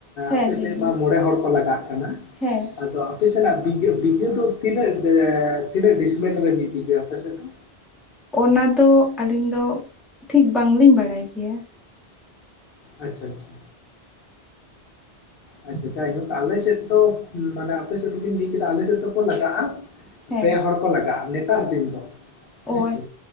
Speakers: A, in the centre; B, on the left.
A: ᱦᱮᱸ
B: ᱟᱯᱮᱥᱮᱫ
A: ᱞᱟᱹᱭ ᱵᱤᱱ
B: ᱢᱟ ᱢᱚᱬᱮ ᱦᱚᱲ ᱠᱚ ᱞᱟᱜᱟᱜ ᱠᱟᱱᱟ,
A: ᱦᱮᱸ
B: ᱟᱫᱚ ᱟᱯᱮ ᱥᱮᱱᱟᱜ ᱵᱤᱜᱷᱟᱹ ᱵᱤᱜᱷᱟᱹ ᱫᱚ ᱛᱤᱱᱟᱹᱜ ᱮᱻ ᱛᱤᱱᱟᱹᱜ ᱰᱤᱥᱢᱤᱞ ᱨᱮ ᱢᱤᱫ ᱵᱤᱜᱷᱟᱹ ᱟᱯᱮᱥᱮᱫ ᱫᱚ?
A: ᱚᱱᱟ ᱫᱚ ᱟᱹᱞᱤᱧ ᱫᱚ ᱴᱷᱤᱠ ᱵᱟᱝᱞᱤᱧ ᱵᱟᱲᱟᱭ ᱜᱮᱭᱟ᱾
B: ᱟᱪᱪᱷᱟ ᱟᱪᱪᱷᱟ᱾ ᱟᱪᱪᱷᱟ ᱟᱪᱷᱟ ᱡᱟᱭᱦᱳᱠ ᱟᱞᱮ ᱥᱮᱫ ᱫᱚ ᱢᱟᱱᱮ ᱟᱯᱮ ᱥᱮᱫ ᱫᱚᱵᱟᱧ ᱞᱟᱹᱭ ᱠᱮᱫᱟ ᱟᱞᱮ ᱥᱮᱫ ᱫᱚᱠᱚ ᱞᱟᱜᱟᱜᱼᱟ
A: ᱦᱮᱸ
B: ᱯᱮ ᱦᱚᱲ ᱠᱚ ᱞᱟᱜᱟᱜᱼᱟ ᱱᱮᱛᱟᱨ ᱫᱤᱱ ᱫᱚ
A: ᱚ
B: ᱦᱮᱸᱥᱮ,